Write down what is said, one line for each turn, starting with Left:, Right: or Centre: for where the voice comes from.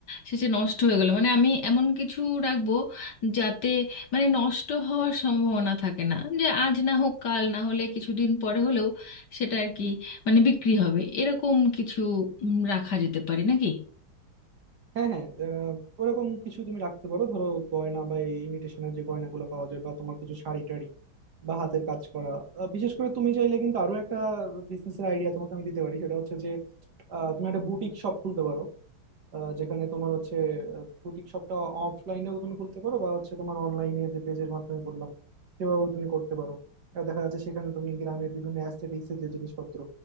Left: শেষে নষ্ট হয়ে গেল মানে আমি এমন কিছু রাখবো যাতে মানে নষ্ট হওয়ার সম্ভাবনা থাকে না যে আজ না হোক কাল না হলে কিছুদিন পরে হলেও সেটা আর কি মানে বিক্রি হবে এরকম কিছু উম, রাখা যেতে পারে নাকি
Right: হ্যাঁ হ্যাঁ আহ, ওরকম কিছু তুমি রাখতে পারো ধরো গয়না বা এই ইমিটেশনের যে গয়নাগুলো পাওয়া যায় বা তোমার কিছু শাড়ি টাড়ি বা হাতের কাজ করা আহ, বিশেষ করে তুমি চাইলে কিন্তু আরো একটা বিজনেসের আইডিয়া তোমাকে আমি দিতে পারি সেটা হচ্ছে যে আহ, তুমি একটা বুটিক শপ খুলতে পারো আহ, যেখানে তোমার হচ্ছে বুটিক শপটা অফলাইনেও তুমি খুলতে পারো বা হচ্ছে তোমার অনলাইনে যে পেজের মাধ্যমে বললাম সেভাবেও তুমি করতে পারো আর দেখা যাচ্ছে সেখানে তুমি গ্রামের বিভিন্ন অ্যাস্থেটিক্স এর যে জিনিসপত্র